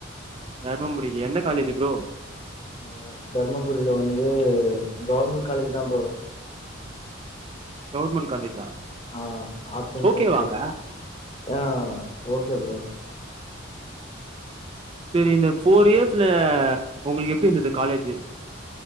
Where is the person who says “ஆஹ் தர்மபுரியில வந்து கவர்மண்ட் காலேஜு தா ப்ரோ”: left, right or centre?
Left